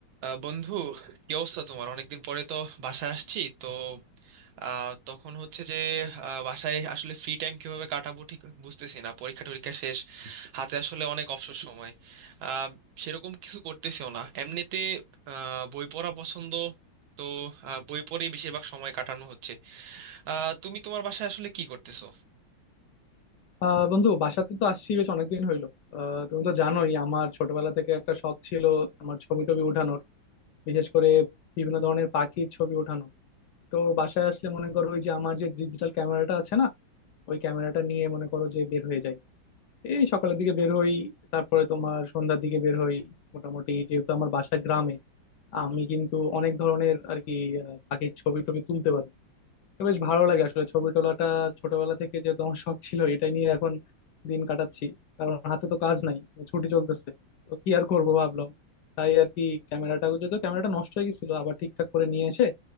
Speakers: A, on the right (about 80°); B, on the left (about 70°).
A: আহ বন্ধু কি অবস্থা তোমার অনেকদিন পরে তো বাসায় আসছি তো আহ, তখন হচ্ছে যে আহ, বাসায় আসলে ফ্রি টাইম কিভাবে কাটাবো ঠিক বুঝতেছি না পরীক্ষা টরীক্ষা শেষ হাতে আসলে অনেক অবসর সময় আহ, সেরকম কিছু করতেছিও না এমনিতে আহ, বই পড়া পছন্দ তো আহ, বই পড়েই বেশিরভাগ সময় কাটানো হচ্ছে আহ, তুমি তোমার বাসায় আসলে কি করতেছো
B: আহ বন্ধু বাসাতে তো আসছি বেশ অনেকদিন হইলো আহ তুমি তো জানোই আমার ছোটবেলা থেকে একটা শখ ছিল আমার ছবি টবি উঠানোর বিশেষ করে বিভিন্ন ধরনের পাখির ছবি ওঠানো তো বাসায় আসলে মনে করো ওই যে আমার যে ডিজিটাল ক্যামেরাটা আছে না ওই ক্যামেরাটা নিয়ে মনে করো যে বের হয়ে যাই এই সকালের দিকে বের হই তারপরে তোমার সন্ধ্যার দিকে বের হই মোটামুটি যেহেতু আমার বাসা গ্রামে আমি কিন্তু অনেক ধরনের আর কি আহ, পাখির ছবি টবি তুলতে পারি বেশ ভালো লাগে আসলে ছবি তোলাটা ছোটবেলা থেকে যেহেতু আমার শখ ছিল এটা নিয়ে এখন দিন কাটাচ্ছি কারণ হাতে তো কাজ নাই তো ছুটি চলতেছে তো কি আর করবো ভাবলাম তাই আর কি ক্যামেরাটা যদিও ক্যামেরাটা নষ্ট হয়ে গেছিল আবার ঠিকঠাক করে নিয়ে এসে